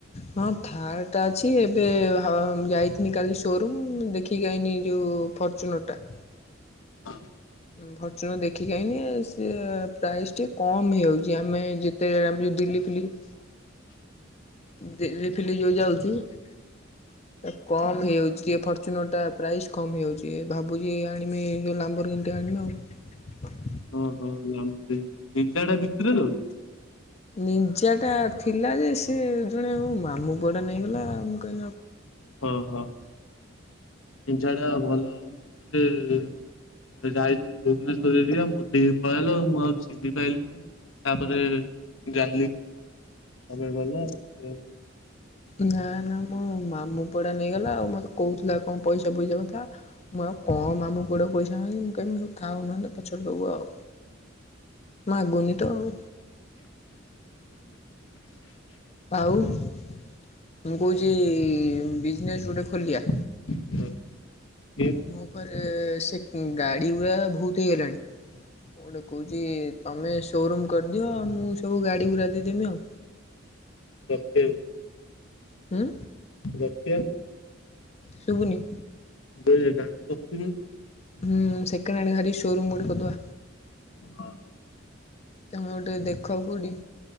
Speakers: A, on the left; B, on the left.
A: ହଁ ଥାର୍ ଟା ଅଛି ଏବେ ହଁ ଯାଇଥିନି କାଲି ସୋରୁମ୍ ଦେଖିକି ଆଇନି ଯୋଉ ଫର୍ଚୁନର୍ ଟା।
B: ହଁ।
A: ଭର୍ଚୁନ ଦେଖିିକଆଇନି ସେ ପ୍ରାଇସ୍ ଟି କ ମି ଯାଇଛି ଆମେ ଯେତେଏଳେ ଆମେ ଯୋଉ ଦିଲିଫିଲି ଦିଲିଫିଲି ଯୋଉ ଯାଉଚୁ ତା କମ୍ ହେଇଯାଉଛି ଟିକେ ଫର୍ଚୁନ ଟା ପ୍ରାଇସ୍ କମ୍ ହେଇଯାଉଛି ଭାବୁଚି ଆଣିବି ଯଉଁ ଲାମ୍ବର ଇଣ୍ଡିଆ ଆଣିବି ଆଉ।
B: ହଁ ହଁ ଲାମ୍ଇ ଡିଜା ଟା ବିକି ଦେଲ କି?
A: ନିଁଜା ଟା ଥିଲା ଯେ ସିଏ ଜଣେ ମୋ ମାମୁଁ ପୁଅଟା ନେଇଗଲା ମୁଁ କା
B: ଓ ହୋ ନିଜଟା ଭଲ ମୁଁ ଥରେଏ ଯାଇଥିଲି ଭୁବନେଶ୍୍ୱର ଏରିଆ ଯିବା ମୁଡି ହେଇ ପଇଲ ମୁଁ ଆଉ ଚିହ୍ନି ପାଇଲିନି ଆଉ - ତାପରେ ଏ <unintelligible> ଭଲ ଭଲ ଆଉ
A: ନା ନା ମୋ ମାମୁଁ ପୁଅଟା ନେଇଗଲା ଆଉ ମୋତେ କହୁଥିଲା କଅଁ ପଇସା ଫଇସା କଥା ମୁଁ ଆଉ କଅଁ ମାମୁଁ ପୁଅଟାକୁ ପଇସା ନାଇଁ ମୁଁ କଇମି ହଉ ଥାଉ ନହଲେ ପଛରେ ଦବୁ ଆଉ ମାଗୁନି ଦଉ। ଆଉ ମୁଁ କହୁଚିଇ। ବିଜନେସ୍ ଗୋଟେ ଖୋଲିଆ।
B: <unintelligible> ହଁ।
A: ମୋ ପରେଏ ସେ-କ ଗାଡ଼ି ଗୁଡ଼ା ଭୁତ୍ ହେଇଗଲାଣି ମୁଁ ଗୋଟେ କହୁଚି ତମେ ସୋରୁମ୍ କରିଦିଅ ଅ ମୁଁ ସବୁ ଗାଡ଼ି ଗୁରା ଦେଇ ଦେମି ଆଉ।
B: ରତେ।
A: ଉଁ।
B: ରଖିଆନି?
A: ଶୁବୁନି।
B: ବେଲେ ଗାଡି ରଖିବନିତ।
A: ହୁଁ ସେକେଣ୍ଡ ହ୍ୟାଣ୍ଡ ଗାରି ସୋରୁମ୍ ଗୋଟେ କରିଦବା।
B: ହଁ।
A: ତମେ ଗୋଟେ ଦେଖ କୋଉଟି